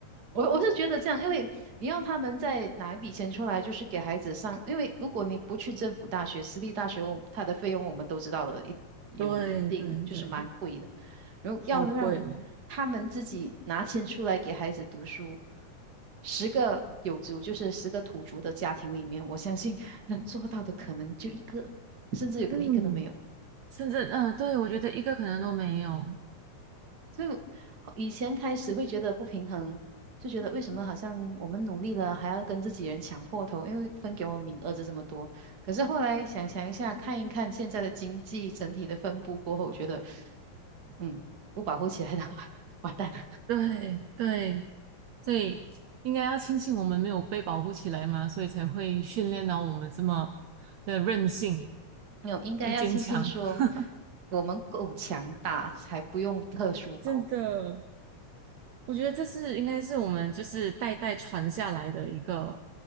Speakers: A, on the right; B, on the right.
A: 我我是觉得这样，因为你要他们再拿一笔钱出来，就是给孩子上，因为如果你不去政府大学、私立大学，我它的费用我们都知道了，一有一定就是蛮贵的。
B: 对对对，
A: 然后要让他们自己拿钱出来给孩子读书，
B: 好贵哦。
A: 十个有族就是十个土族的家庭里面，我相信 <laughs> 能做到的可能就一个，甚至有可能一个都没有。
B: 嗯，甚至嗯、呃对，我觉得一个可能都没有。
A: 所以以前开始会觉得不平衡，就觉得为什么好像我们努力了，还要跟自己人抢破头，因为分给我们名额就这么多。可是后来想想一下，看一看现在的经济整体的分布过后，我觉得，嗯，不保护起来的话，<laughs> 完蛋了。
B: 对对，所以应该要庆幸我们没有被保护起来嘛，所以才会训练到我们这么的韧性，
A: 没有，应该要庆幸说
B: 又坚强。<laughs>
A: 我们够强大，才不用特殊保护。
B: 真的。我觉得这是应该是我们就是代代传下来的一个